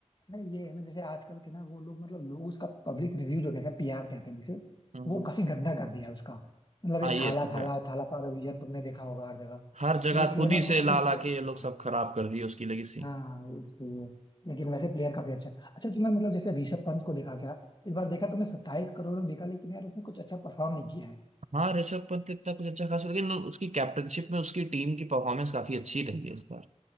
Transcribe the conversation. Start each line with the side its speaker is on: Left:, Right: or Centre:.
Left: नहीं ये है ना जैसे आजकल के ना वो लोग मतलब लोग उसका पब्लिक रिव्यू जो कहते हैं पीआर कहते हैं जिसे
Right: हम्म,
Left: वो काफी गंदा कर दिया है उसका मतलब ये
Right: हाँ ये
Left: Thala
Right: तो है
Left: Thala Thala for a reason तुमने देखा होगा हर जगह
Right: हर जगह
Left: तो इसलिए
Right: खुद
Left: ना
Right: ही
Left: उसको
Right: से
Left: काफी
Right: ला ला
Left: नेगेटिव
Right: के ये
Left: होता
Right: लोग सब
Left: है
Right: खराब कर दिए उसकी लेगेसी
Left: हाँ इसलिए लेकिन वैसे प्लेयर काफी अच्छा है। अच्छा तुमने मतलब जैसे ऋषभ पंत को देखा क्या इस बार देखा तुमने सत्ताईस करोड़ में बिका लेकिन यार उसने कुछ अच्छा परफॉर्म नहीं किया है
Right: हाँ ऋषभ पंत इतना कुछ अच्छा खास लेकिन उसकी कैप्टनशिप में उसकी टीम की परफॉर्मेंस काफी अच्छी रही है इस बार